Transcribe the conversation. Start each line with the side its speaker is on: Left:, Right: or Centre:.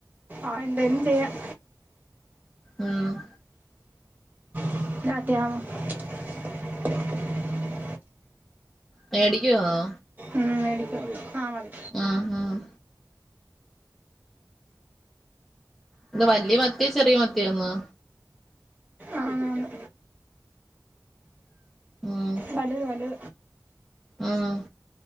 Right: ആ എന്തേലും ചെയ്യാം
Centre: ഉം
Right: <unintelligible>
Centre: മേടിക്കുവാന്നോ
Right: ഉമ് മേടിക് വാ ആ മതി
Centre: ഉം ഉം എന്താ വല്യ മത്തി ചെറിയ മത്തിയാ ന്നാ
Right: ആന്നാന്ന്
Centre: ഉം
Right: വല്ത് വല്ത്
Centre: ഉം